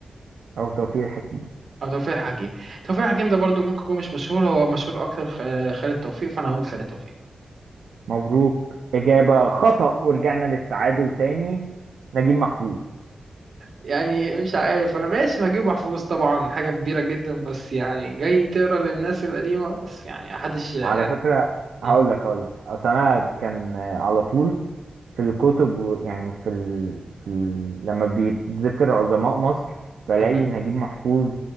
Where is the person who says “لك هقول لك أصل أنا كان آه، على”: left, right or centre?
Right